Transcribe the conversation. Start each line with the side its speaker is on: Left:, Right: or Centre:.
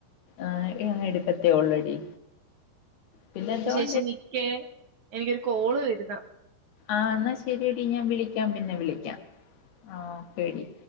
Left: ആഹ് ഇങ്ങനെ എടുക്കത്തേ ഒള്ളെഡി പിന്നെ എന്തുവാ
Right: പക്ഷ നിക്കേ എനിക്കൊരു കോള് വരുന്ന.
Left: ആഹ എന്നാ ശരിയടി ഞാൻ വിളിക്കാം പിന്നെ വിളിക്കാം ആ ഒക്കെ ടി